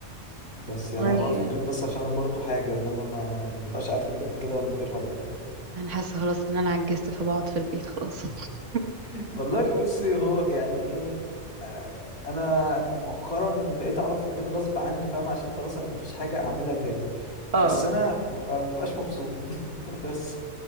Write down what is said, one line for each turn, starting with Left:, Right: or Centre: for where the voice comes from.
Left: بس يعني
Right: والله
Left: انا بقعد في البيت بس عشان انا برضو حاجه انما ما ما ببقاش قاعد في البيت كده من غير هدف يعني
Right: انا حاسه خلاص ان انا عجزت فبقعد في البيت خلاص <laughs>
Left: <laughs> والله بصي هو يعني ايه آه، انا مؤخرا بقيت اقعد في البيت غصب عني فاهم عشان خلاص انا مفيش حاجه اعملها تاني
Right: اه
Left: بس انا ببقى- مبقاش مبسوط <laughs> بس